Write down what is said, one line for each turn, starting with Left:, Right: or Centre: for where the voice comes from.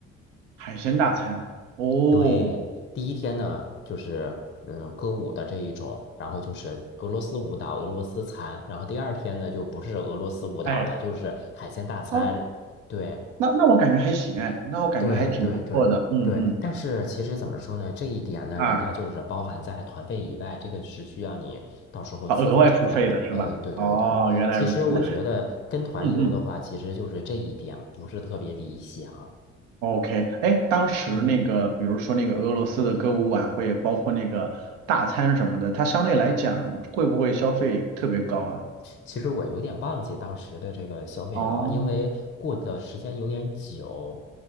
Right: 海鲜大餐哦，
Left: 对，第一天呢，就是嗯歌舞的这一种，然后就是俄罗斯舞蹈、俄罗斯餐，然后第二天呢就不是俄罗斯舞蹈了，
Right: 哎
Left: 就是海鲜大餐。
Right: 哦，
Left: 对，
Right: 那那我感觉还行哎，那我感觉还挺不错的。
Left: 对，对，对，
Right: 嗯嗯
Left: 对。但是其实怎么说呢，这一点呢，
Right: 啊
Left: 人家就是包含在团费以外，这个是需要你到时候自费承担了。
Right: 啊，额外付费的是吧？
Left: 呃，对，对，
Right: 哦，
Left: 对。
Right: 原来如此。
Left: 其实我觉得跟团游的话，
Right: 那嗯嗯
Left: 其实就是这一点不是特别理想。
Right: ，OK，哎，当时那个比如说那个俄罗斯的歌舞晚会，
Left: 嗯。
Right: 包括那个大餐什么的，它相对来讲会不会消费特别高啊？
Left: 其实我有点忘记当时的这个消费了，
Right: 哦
Left: 因为过的时间有点久，